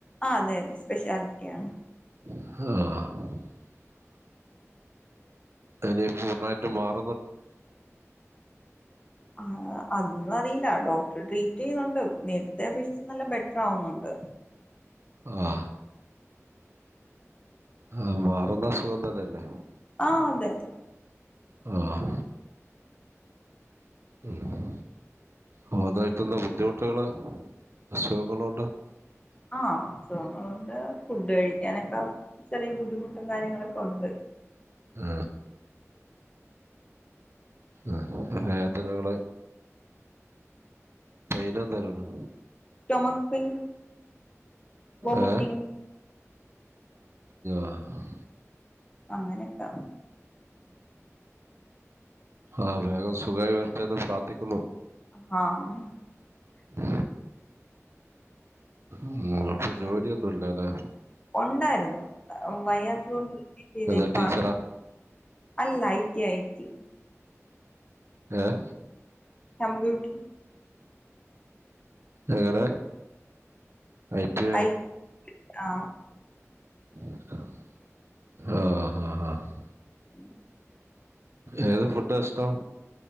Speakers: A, on the left (about 20°); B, on the right (about 55°).
A: ആ അതെ അതെ സ്പെഷ്യാലിറ്റിയ ആണ്
B: ആ അതെ അ പൂർണ്ണായിട്ട് മാറ
A: ആ അതൊന്നും അറിയില്ല ഡോ ട്രീറ്റ് ചെയ്യുന്നുണ്ട് നേരതെ അപേക്ഷിച്ചു നല്ല ബെറ്റർ ആവുന്നുണ്ട്
B: ആ ആ മാറുന്ന അ സുഖം തന്നെയല്ലേ
A: ആഹ അതെ അതെ
B: ആഹ ഉഹ അ അതായിട്ട് എന്താ ബുദ്ധിമുട്ടുകള് അസുഖങ്ങള് കൊണ്ട്
A: ആഹണ്ട് ഫുഡ് കഴിക്കാനൊക്കെ ചെറിയ ബുദ്ധിമുട്ട മും കാര്യങ്ങളൊക്കെ ഉണ്ട്
B: ആ ആ വേദനകള് പൈൻ എന്തേലും ഉണ്ടോ
A: സ്റ്റോമക് പെയിൻ വോമിറ്റിങ്
B: ഏ <unintelligible>
A: അങ്ങനെയൊക്കെ
B: ആ വേഗം സുഖമായി വരത്തന്ന് പ്രാർത്ഥിക്കുന്നു
A: ആഹ
B: ആ ഉ അപ്പൊ ജോലിയൊന്നുമില്ലല്ലെ
A: ഉണ്ടായിരുന്നു വയ്യാത്ത കൊണ്ട് <inaudible>
B: ഏതാ
A: ക്കാണ്
B: ടീച്ചറാ
A: അല്ല ഐത്തി അയിത്തി
B: ആഹ
A: കംമ്പ്യൂട്ടർ
B: എങ്ങനെ ഐടി
A: ഐ ആ
B: ആഹ ഹഹ ഹഹ
A: ഉ ഉ
B: ഏതോ ഫുഡ് ഇഷ്ടം